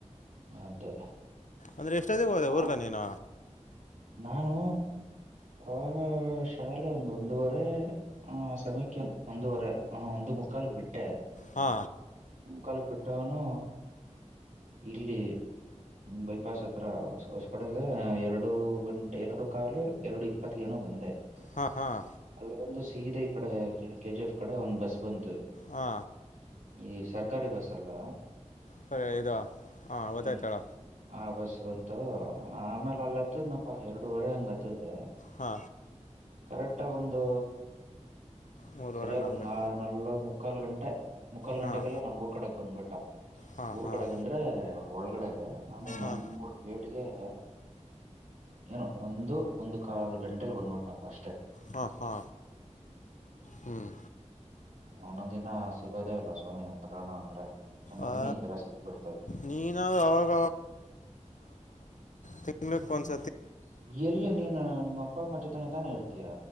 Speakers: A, on the right; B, on the left.
A: ಅದ
B: ಅಂದ್ರೆ ಎಷ್ಟೊತ್ತ ಹೋದ
A: ಆ
B: ಊರ್ಗ ನೀನು
A: ನಾನು ಕ ಶಾಲೆ ಒಂದು ಒಂದುವರೆ ಹ ಸಮಯಕ್ಕೆೇನ್ ಒಂದೂುವರೆ ಹ ಒಂದು ಮುಕ್ಕಾಾಲಕ್ ಬಿಟ್ಟೆ
B: ಹಾ
A: ಕಾಲಕ್ ಬಿಟ್ಟನು ಇಲ್ಲಿ ಬೈಪಾಸ್ ಹತ್ರ ಹೊಸ ಹೊಸ ಕಡೆ ಇದೆ ಎರಡು ಗಂಟೆ ಎರಡು ಕಾಲು ಎರಡು ಇಪ್ಪತ್ತ ಏನ ಒಂದೆ
B: ಹಾಂ ಹಾಂ
A: ಅಲ್ಲಿವೊಂದು ಸೀದೆ ಕಡೆ ಕೆ ಕೆ ಜಿ ಎಫ್ ಕಡೆ ಒಂದ್ ಬಸ್ ಬಂತು
B: ಹಾ
A: ಈ ಸರ್ಕಾರಿ ಬಸ್ ಅಲ್ಲ
B: ಸರಿ ಇದಾ ಹಾ ಗೊತ್ತಾಯ್ತಾಳ
A: ಹ್ಮ್ ಆ ಬಸ್ ಬಂತು ಆಮೇಲೆ ಅಲ್ಲತ್ತದ್ನಪ್ಪ ಎರಡುವರೆ ಹಂಗತ್ತದೆ
B: ಹಾ
A: ಕರೆಕ್ಟ್ ಆಗ ಒಂದು
B: ಮೂರುವರೆ
A: ಸರಿಯಾಗಿ
B: ನಾಲ್ಕು
A: ಒಂದು ನ ನಲ್ಲ ಮುಾಲು ಗಂಟೆ ಮುಕ್ಕಾಲ್
B: ಹಾಂ
A: ಗಂಟೆಗೆೆಲ್ಲ ನಮ್ ಊರ್ ಕಡೆಗ್ ಬಂದ್ಬಿಟ್ಟ
B: ಹಾಂ
A: ಊರ್
B: ಹಾಂ
A: ಕಡೆಗ ಅಂದ್ರೆ ಒಳಗಡೆಗ ಆಮೇ
B: ಹಾಂ
A: ನಮ ಮೂ ಗೇಟಗೆ ಹ ಏನು ಒಂದು ಒಂದು್ ಕಾಲು ಗಂಟೆಲಿ ಒಂದ್ಬಟ್ನಪ್ಪ ಅಷ್ಟೆ
B: ಹ ಹಾ ಹ್ಮ್
A: ಒಂದೊಂದ್ ದಿನ ಸಿಗೋದೇ ಇಲ್ಲ ಸ್ವಾಮಿ ಉ ಪುರಾಣ ಅಂದ್ರೆ ಒಂದೊಂದಿನೇ
B: ಆ
A: ಈ ತರ ಸಿಗ್ಬಿಡ್ತದೆ
B: ನೀನಾದ್ರೂ ಅವಾಗ ತಿಲ ಪಂಚ
A: ಎಲ್ಲಿ ನೀನು ನಿಮ್ಮ ಅಪ್ಪ ಅಮ್ಮ ಜೊತೆನ ತಾನೇ ಇರ್ತೀಯಾ